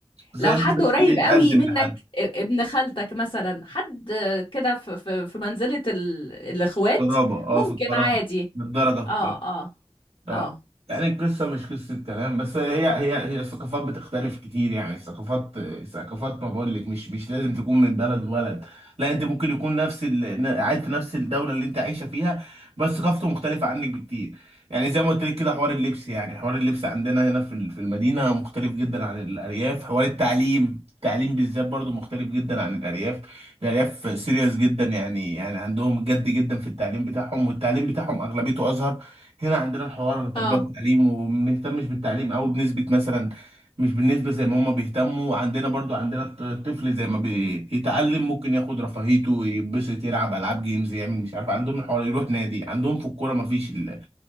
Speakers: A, on the right; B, on the left.
A: زي
B: لو حد
A: مثلا
B: قريب
A: ليه
B: قوي
A: يقدم
B: منك
A: لحد
B: ا- ابن خالتك مثلا حد كده في في في منزلة ال... الاخوات
A: قرابه اه
B: ممكن
A: في القرابه
B: عادي
A: للدرجه
B: اه اه
A: اه
B: اه
A: يعني القصة مش قصة كلام بس هي هي هي الثقافات بتختلف كتير يعني الثقافات الثقافات ما بقول لك مش مش لازم تكون من بلد ولد لا انت ممكن يكون نفس ال... قاعد في نفس الدولة اللي انت عايشة فيها بس ثقافته مختلفة عنك بكتير يعني زي ما قلت لك كده حوار اللبس يعني حوار اللبس عندنا هنا في ال- في المدينة مختلف جدا عن الأرياف حوار التعليم التعليم بالذات برضو مختلف جدا عن الأرياف الأرياف سيريس جدا يعني يعني عندهم جد جدا في التعليم بتاعهم والتعليم بتاعهم أغلبيته أزهر هنا عندنا الحوار التربية
B: اه
A: والتعليم وما بنهتمش بالتعليم أوي بنسبة مثلا مش بالنسبة زي ما هما بيهتموا عندنا برضو عندنا الط- الطفل زي ما بيتعلم ممكن ياخد رفاهيته يتبسط يلعب ألعاب جيمز يعمل مش عارف عندهم الحوار يروح نادي عندهم في الكورة مفيش ال-